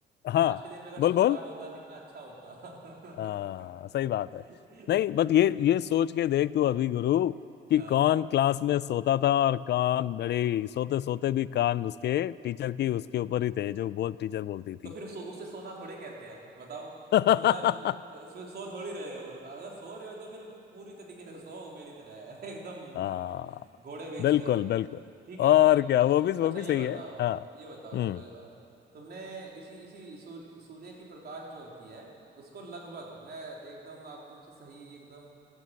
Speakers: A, on the left; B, on the right.
A: हाँ
B: आज के दिन भी अगर शुक्रवार
A: बोल बोल
B: होता कितना अच्छा होता
A: हाँ सही बात
B: <laughs>
A: है नहीं बट ये ये सोच के देख तू अभी गुरु कि
B: हाँ
A: कौन क्लास में सोता था और कौन बड़े सोते सोते भी कान उसके टीचर की उसके ऊपर ही थे जो बोल टीचर बोलती थी
B: तो फिर सो, उसे सोना थोड़ी कहते हैं बताओ
A: <laughs>
B: तुम यार सो सो थोड़ी रहे हो अगर सो रहे हो तो फिर पूरी तरीके से सो मेरी तरह <laughs> एकदम
A: हाँ
B: घोड़े बेच
A: बिल्कुल
B: कर
A: बिल्कुल
B: ठीक है
A: और क्या
B: अच्छा
A: वो भी वो
B: अच्छा
A: भी
B: ये
A: सही
B: बताओ
A: है हाँ
B: ये बताओ
A: हम्म
B: चलो अ, तुमने इसी इसी सूर, सूर्य की प्रकाश जो होती है उसको लगभग मैं एकदम आप तुमसे सही एकदम